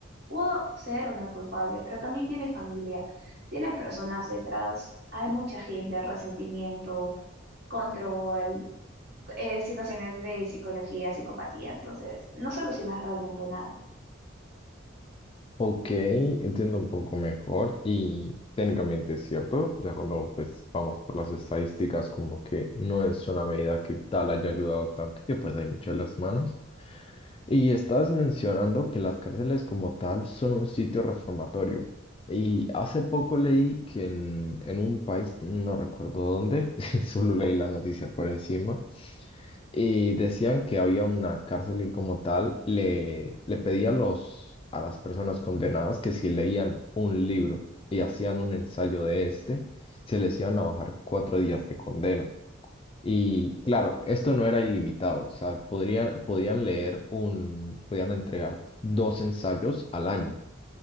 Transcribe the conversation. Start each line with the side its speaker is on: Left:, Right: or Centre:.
Right: pudo ser o no culpable, pero también tiene familia, tiene personas detrás, hay mucha gente, resentimiento, control, eh, situaciones de psicología, psicopatía, entonces no solucionas realmente nada.
Left: Ok, entiendo un poco mejor y técnicamente es cierto, ya cuando pues vamos por las estadísticas como que no es una medida que tal haya ayudado tanto y que pues hay muchas las manos. Y estabas mencionando que las cárceles como tal son un sitio reformatorio. Y hace poco leí que en, en un país, no recuerdo dónde, <laughs> solo leí la noticia por encima, y decían que había una cárcel y como tal le, le pedía a los, a las personas condenadas que si leían un libro y hacían un ensayo de este, se les iban a bajar cuatro días de condena. Y claro, esto no era ilimitado, o sea, podrían, podían leer un, podían entregar dos ensayos al año.